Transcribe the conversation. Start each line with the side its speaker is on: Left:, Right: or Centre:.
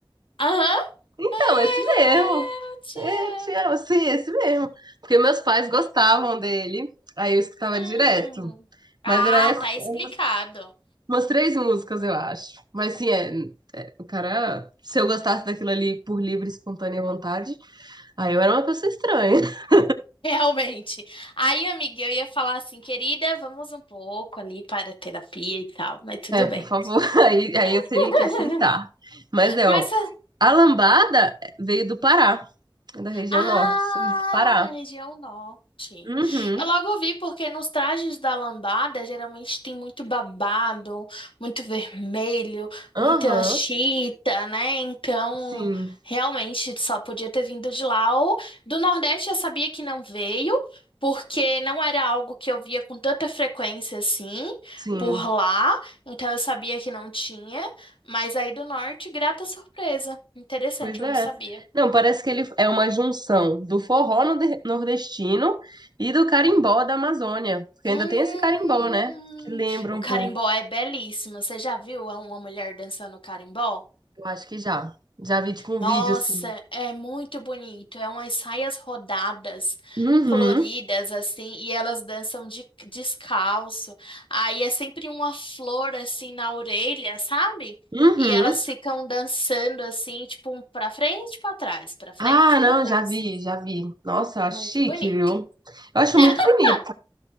Left: Aham.
Right: Então,
Left: Eu
Right: é esse mesmo.
Left: te
Right: É, Eu te
Left: amo.
Right: amo, sim, é esse mesmo. Porque meus pais gostavam dele, aí eu escutava direto.
Left: Hum. Ah,
Right: Mas era essa-
Left: tá explicado.
Right: umas, umas três músicas, eu acho. Mas sim, é, o cara, se eu gostasse daquilo ali por livre e espontânea vontade, aí eu era uma pessoa estranha. <laughs>
Left: Realmente. Aí, amiga, eu ia falar assim, querida, vamos um pouco ali para a terapia e tal, mas tudo bem.
Right: Por favor, aí, aí
Left: <laughs>
Right: eu teria que aceitar. Mas é,
Left: Mas
Right: ó, a lambada veio do Pará, é da região
Left: Ah,
Right: norte, surgiu do Pará.
Left: região norte.
Right: Uhum,
Left: Eu logo vi porque nos trajes da lambada geralmente tem muito babado, muito vermelho,
Right: aham,
Left: muita chita, né? Então,
Right: sim,
Left: realmente só podia ter vindo de lá. Ou do Nordeste eu sabia que não veio, porque não era algo que eu via com tanta frequência assim
Right: sim.
Left: por lá. Então eu sabia que não tinha. Mas aí do Norte, grata surpresa. Interessante,
Right: Pois
Left: eu
Right: é.
Left: não sabia.
Right: Não, parece que ele é uma junção do forró norde- nordestino e do carimbó da Amazônia. Porque
Left: Hum,
Right: ainda tem esse carimbó, né? Que lembra
Left: o
Right: um
Left: carimbó
Right: pouco.
Left: é belíssimo. Você já viu uma mulher dançando carimbó?
Right: Eu acho que já. Já vi, tipo, um
Left: Nossa,
Right: vídeo assim.
Left: é muito bonito. É umas saias rodadas,
Right: Uhum,
Left: floridas, assim, e elas dançam de, descalço. Aí é sempre uma flor, assim, na orelha, sabe?
Right: uhum.
Left: E elas ficam dançando, assim, tipo, um pra frente, e pra trás, pra frente,
Right: Ah,
Left: e pra
Right: não,
Left: trás.
Right: já vi, já vi. Nossa, eu
Left: É
Right: acho
Left: muito
Right: chique,
Left: bonito.
Right: viu? Eu acho
Left: <laughs>
Right: muito bonito.